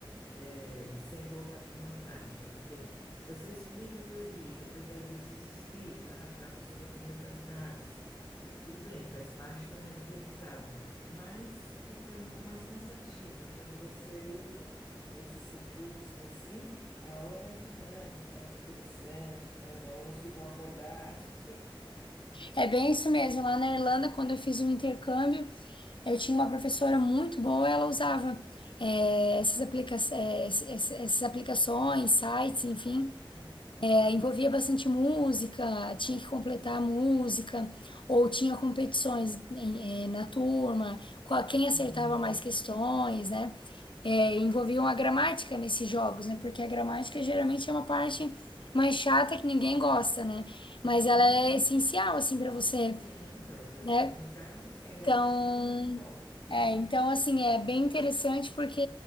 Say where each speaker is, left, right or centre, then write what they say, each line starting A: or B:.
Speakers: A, on the left; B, on the left.
A: Eh, sem colocar aquilo na prática, porque se você explica a teoria e depois dá exercício escrito, ah, tá, a pessoa vai completar frases e Tudo bem, faz parte também do aprendizado, mas fica um pouco mais cansativo. E quando você usa esses recursos assim, a aula é mais dinâmica, mais interessante, né? Os alunos ficam acordados.
B: É bem isso mesmo. Lá na Irlanda, quando eu fiz o intercâmbio, eu tinha uma professora muito boa, ela usava eh, essas aplica eh, ess- ess- essas aplicações, sites, enfim.
A: <laughs>
B: É, envolvia bastante música, tinha que completar a música, ou tinha competições em- eh, na turma, qual- quem acertava
A: Uhum,
B: mais questões, né? É, envolviam a gramática nesses jogos, né? Porque a gramática geralmente é uma parte mais chata que ninguém gosta, né?
A: uhum,
B: Mas
A: uhum.
B: ela é essencial, assim, para você,
A: Sim, para você se
B: né?
A: comunicar, sem gramática
B: Então,
A: não tem como. Uhum,
B: é, então assim, é bem interessante porque